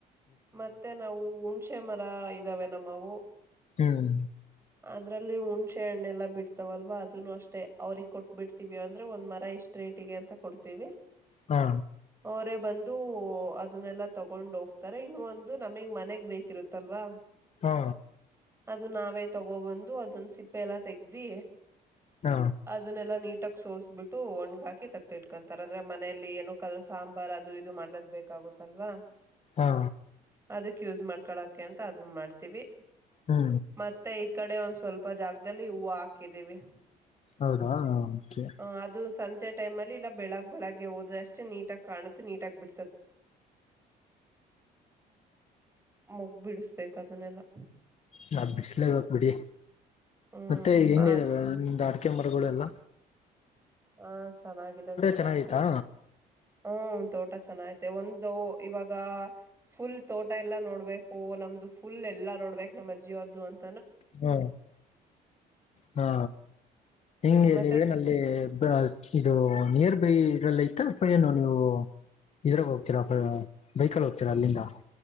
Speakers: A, on the right (about 15°); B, on the left (about 40°).
A: ಮತ್ತೆ ನಾವು ಹುಣಶೆ ಮರ ಇದಾವೆ ನಮ್ಮವು
B: ಹುಂ
A: ಅದ್ರಲ್ಲಿ ಹುಣ್ಸೆ ಹಣ್ಣೆ ಎಲ್ಲಾ ಬಿಡ್ತವಲ್ವಾ ಅದನ್ನು ಅಷ್ಟೇ ಅವ್ರಿಗ ಕೊಟ್ ಬಿಡ್ತೀವಿ ಅಂದ್ರೆ ಒಂದ್ ಮರ ಇಷ್ಟ್ ರೇಟಿಗೆ ಅಂತ ಕೊಡ್ತೀವಿ
B: ಹಾ
A: ಅವರೆ ಬಂದು ಅದನ್ನೆಲ್ಲಾ ತಗೊಂಡ ಹೋಗ್ ತರ ಇನ್ನು ಒಂದು ನಮಿಗ್ ಮನೆಗ್ ಬೇಕಿರುತ್ತಲ್ವಾ
B: ಹಾ
A: ಅದು ನಾವೇ ತಗೋಬಂದು ಅದನ್ ಸಿಪ್ಪೆ ಎಲ್ಲ ತೆಗ್ದಿ
B: ಹಾ
A: ಅದನ್ನೆಲ್ಲಾ ನೀಟ್ ಕ್ಟಾಗ ಸೋಸ್ಬಿಟ್ಟು ಒಣ್ಗ ಹಾಕಿ ತಗ್ದಿಟ್ಕೊಂತಾರ ಅಂದ್ರೆ ಮನೆಯಲ್ಲಿ ಏನುಕದ್ರು ಸಾಂಬಾರ್ ಅದು ಇದು ಮಾಡ್ದಗ ಬೇಕಾಗುತ್ತಲ್ವಾ
B: ಹಾ
A: ಅದಕ್ ಯೂಸ್ ಮಾಡ್ಕೊಳಕ್ಕೆ ಅಂತ ಅದು ಮಾಡ್ತೀವಿ
B: ಹಾ
A: ಮತ್ತೆ ಈ ಕಡೆ ಒಂದ್ ಸ್ವಲ್ಪ ಜಾಗದಲ್ಲಿ ಹೂವು ಹಾಕಿದೀವಿ
B: ಹೌದಾ ಓಕೆ
A: ಹ ಅದು ಸಂಜೆ ಟೈಮ್ ಅಲ್ಲಿ ಇಲ್ಲ ಬೆಳಗ್ ಬೆಳಗ್ಗೆ ಹೋದ್ರೆ ಅಷ್ಟೇ ನೀಟಾಗಿ ಕಾಣುತ್ತ ನೀಟಾಗಿ ಬಿಡ್ಸದ ಮುಗ್ ಬಿಡಿಸಬೇಕ ಅದನ್ನೆಲ್ಲ
B: ನಾ ಬಿಚಲೇಬೇಕಕ್ ಬಿಡಿ
A: ಹ್ಮ್
B: ಮತ್ತೆ ಹೆಂಗ
A: ಆ
B: ಇಂಗ್ ಕೆ ಮರಗಳು ಎಲ್ಲ
A: ಹಾ ಚೆನ್ನಾಗಾಗಿದೆ ಚೆನ್ನಾಗಿದೆ
B: ಚೆನ್ನಾಗೈತಾ
A: ಹುಂ ತೋಟ ಚೆನ್ನ ಐತೆ ಒಂದು ಇವಾಗ ಫುಲ್ ತೋಟ ಎಲ್ಲಾ ನೋಡ್ಬೇಕು ನಮ್ದು ಫುಲ್ ಎಲ್ಲಾ ನೋಡ್ಬೇಕು ನಮ್ಮ ಅಜ್ಜಿಯ ಅವರದು ಅಂತ
B: ಹಾ ಹಾ ಹಿಂಗೆ
A: ಹ್ಮ್ ಮತ್ತೆ
B: ನೀವೇನ ಅಲ್ಲಿ ಇದು ನಿಯರ್ ಬೈ ಇದ್ರಲ್ಲಲ್ಲಿ ಐತ ಏನು ನೀವು ಇದ್ರಾಗ ಹೋಗ್ತೀರಾ ಬೈಕಲ್ಲಿ ಹೋಗ್ತೀರಾ ಅಲ್ಲಿಂದ